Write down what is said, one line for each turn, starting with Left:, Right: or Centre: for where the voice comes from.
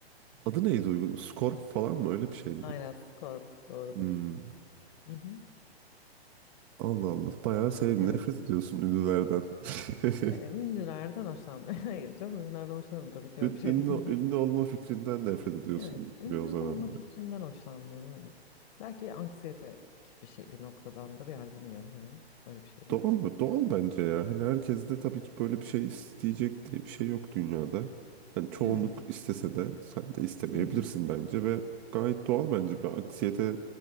Right: Adı neydi uygun? Skor falan mı? Öyle bir şey miydi?
Left: Aynen Scorp doğrudur.
Right: Hmm.
Left: Hı hı,
Right: Allah Allah. Bayağı sevim.
Left: evet.
Right: Nefret ediyorsun ünlülerden. <laughs>
Left: E, ünlülerden hoşlanmıyorum. <laughs> Hayır canım ünlülerden hoşlanırım tabii ki
Right: Ün-
Left: öyle bir şey
Right: Ünlü,
Left: değil.
Right: ünlü olma fikrinden nefret ediyorsun
Left: Evet, ünlü
Right: gibi o zaman.
Left: olma fikrinden hoşlanmıyorum evet. Belki anksiyete bir şey bir noktadandır yani bilmiyorum hani öyle bir şeydir.
Right: Doğal mı? Doğal bence ya. Hani herkes de tabii ki böyle bir şey isteyecek diye bir şey yok dünyada. Hani çoğunluk
Left: Hmm,
Right: istese de sen de istemeyebilirsin
Left: Hı hı.
Right: bence ve gayet doğal bence. Bir anksiyete